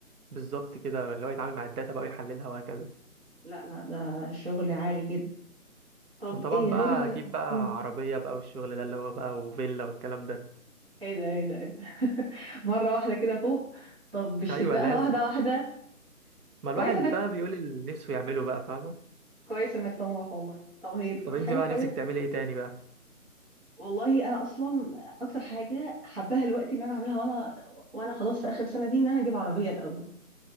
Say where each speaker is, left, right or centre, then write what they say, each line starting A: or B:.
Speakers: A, on the right (about 80°); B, on the right (about 40°).
A: بالظبط كده اللي هو يتعامل مع الداتا بقى ويحللها وهكذا
B: لا لا ده شغل عالي جدا طب
A: وطبعا
B: ايه
A: بقى
B: غير
A: اجيب بقى
B: مم.
A: عربيه بقى والشغل ده اللي هو بقى وفيلا والكلام ده
B: ايه ده ايه ده ايه ده <laughs> مرة واحدة كده فوق طب مش
A: ايوه
B: تبدأها
A: لازم
B: واحدة واحدة
A: ما الواحد
B: كويس انك
A: بقى بيقول اللي نفسه يعمله بقى فاهمه
B: كويس انك طموح والله طب هي دي
A: طب انت
B: حاجة
A: بقى
B: كويسة
A: نفسك تعملي ايه تاني بقى
B: والله انا اصلا اكتر حاجة حباها الوقت ان انا اعملها وانا وانا خلاص في اخر سنة دي ان انا اجيب عربية الاول